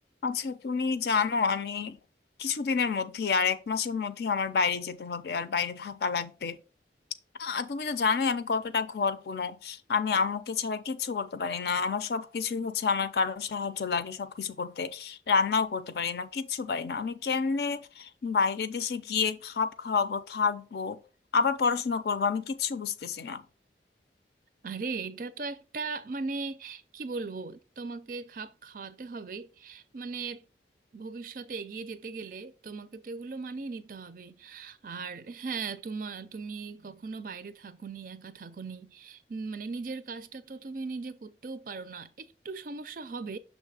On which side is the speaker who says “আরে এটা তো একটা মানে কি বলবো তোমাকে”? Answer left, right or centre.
Right